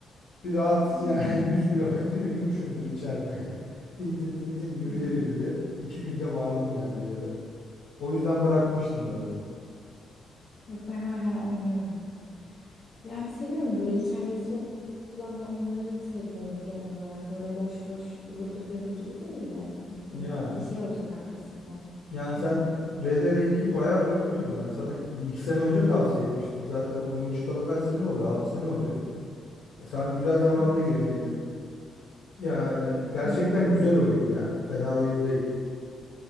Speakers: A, on the left (about 80°); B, on the left (about 45°).
A: Bir rahat
B: Hmm.
A: yani <laughs> 100 kilometre yürümüşümdür içeride ya. <laughs> Tin tin tin tin yürüye
B: Ya.
A: yürüye. İki günde vardım yani bir yere. O yüzden bırakmıştım böyle.
B: Yok ben hala oynuyorum. Yani seviyorum böyle hikayesi olan oyunları seviyorum genel olarak. Böyle boş boş vurdu kırdı gibi değil de hani bir
A: Yani.
B: bir şey olacak arkasında.
A: Yani
B: Hoşuma
A: sen
B: gidiyor.
A: RDR2'yi bayağıdır oynuyordun. Ben sana bir iki sene önce tavsiye etmiştim. Zaten oyun çıkalı kaç sene oluyor? altı sene oluyor. Sen güzel zamanda
B: Evet.
A: girdiydin. Yani gerçekten
B: Aynen.
A: güzel oyun ya. Fena oyun değil.